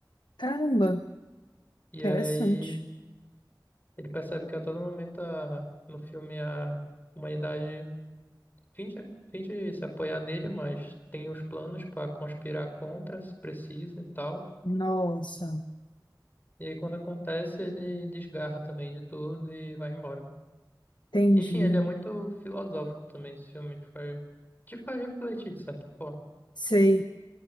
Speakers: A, on the left (about 75°); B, on the left (about 25°).
A: Caramba,
B: E
A: interessante.
B: aí ele percebe que a todo momento a, no filme a humanidade. Finge, finge se apoiar nele, mas tem os planos para conspirar contra, se precisa e tal.
A: Nossa,
B: E aí, quando acontece, ele desgarra também de tudo e vai embora.
A: entendi.
B: Enfim, ele é muito filosófico também, esse filme. Te faz, te faz refletir, de certa forma.
A: Sei.